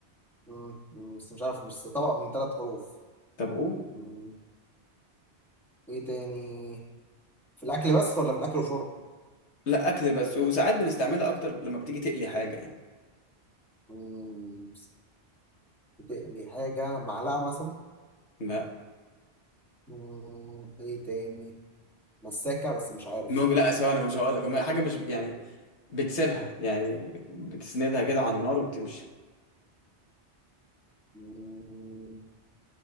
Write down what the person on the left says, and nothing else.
طب قول
لا أكل بس وساعات بنستعملها أكتر لما بتيجي تقلي حاجة يعني
لا
ممكن
لا ثواني مش هقول لك حاجة مش يعني بتسيبها يعني بتسندها كده على النار وبتمشي